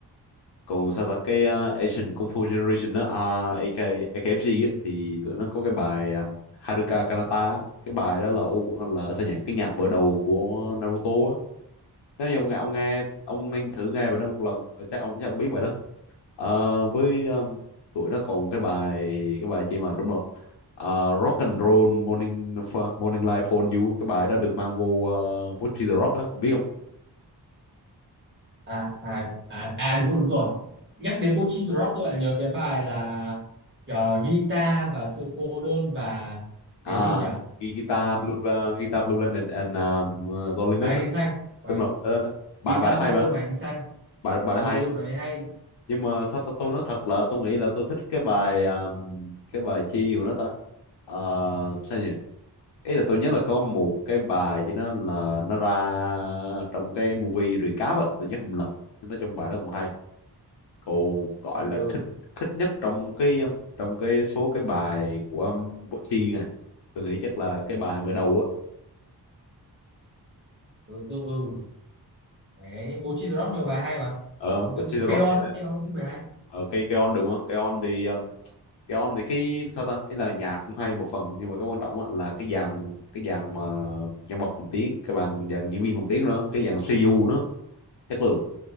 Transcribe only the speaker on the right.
à à à, à đúng rồi đúng rồi nhắc đến Bochin Rock tôi lại nhớ cái bài là ờ, guitar và sự cô đơn và cái
gì nhỉ
Ừ,
bài hành
tinh xanh bài
guitar
sự cô
đơn và hành tinh xanh
ừ
ừ bài đấy hay
ừ
ừ
ừ ừ ừ đấy Bochin Rock nhiều bài hay mà
ừ.
Keon
đó
Keon cũng bài hay